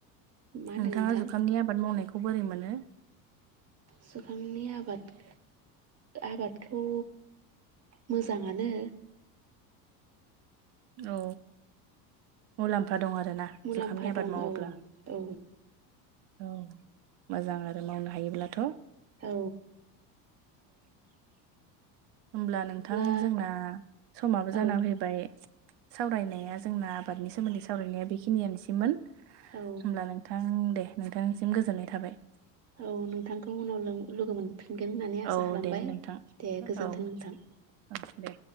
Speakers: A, on the right; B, on the right.
A: मा होनदों
B: नोंथाङा
A: नोंथां
B: जुखामनि आबाद मावनायखौ बोरै मोनो?
A: जुखामनि आबाद। आबादखौ मोजाङानो।
B: औ, मुलामफा फा दं आरो ना
A: मुलाम्फा
B: जुखामनि आबाद
A: दं
B: मावोब्ला
A: औ औ
B: औ मोजां आरो मावनो हायोब्लाथ', औ
A: औ
B: होमब्ला नोंथां
A: अब्ला
B: जोंना समाबो जाना
A: औ
B: फैबाय सावरायनाया जोंना आबादनि सोमोन्दै सावरायनाया बेखिनियानोसैमोन होमब्ला
A: औ
B: नोंथां दे नोंथांनिसिम गोजोननाय थाबाय
A: औ नोंथांखौ उनाव लों लोगो मोन फिनगोन होननानै आसा
B: औ
A: खालामबाय।
B: दे नोंथां
A: दे गोजोनथों
B: औ
A: नोंथां।
B: औ दे